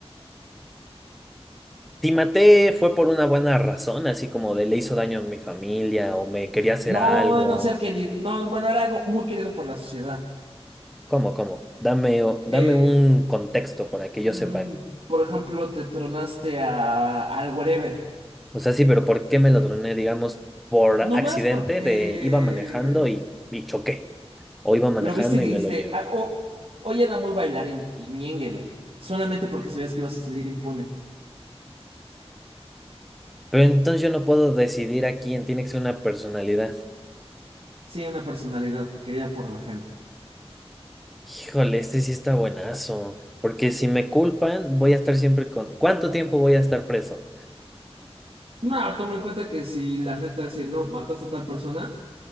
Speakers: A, in the centre; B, on the right.
A: Si maté fue por una buena razón, así como de le hizo daño a mi familia o me quería hacer
B: No
A: algo.
B: era un ser querido, no, bueno, era algo muy querido por la sociedad.
A: ¿Cómo, cómo? Dame, o- dame
B: Que,
A: un contexto para que yo
B: mm,
A: sepa.
B: por ejemplo, te tronaste a, al wherever.
A: O sea, sí, pero ¿por qué me lo troné, digamos, por
B: No
A: accidente
B: más porque
A: de iba manejando y, y choqué? O iba manejando
B: lo viste y dijiste,
A: y me lo llevé.
B: "Ah, o- hoy era muy bailarín y ñénguele. Solamente porque sabías que ibas a salir impune.
A: Pero entonces yo no puedo decidir a quién tiene que ser una personalidad.
B: Sí, una personalidad querida por la gente.
A: Híjole, este sí está buenazo. Porque si me culpan, voy a estar siempre con... ¿Cuánto tiempo voy a estar preso?
B: No, toma en cuenta que si la gente va a decir, no, mataste a tal persona,